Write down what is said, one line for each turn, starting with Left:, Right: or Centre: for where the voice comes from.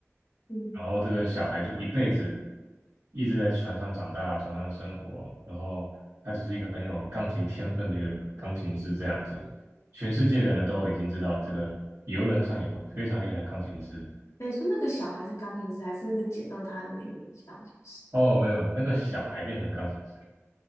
Left: 嗯，
Right: 然后这个小孩就一辈子一直在船上长大，船上生活，然后他就是一个很有钢琴天分的一个钢琴师这样子，全世界的人都已经知道这个游轮上有个非常厉害的钢琴师。
Left: 你说那个小孩是钢琴师，还是那个捡到他的那个人是钢琴师？
Right: 哦，没有，那个小孩变成钢琴师。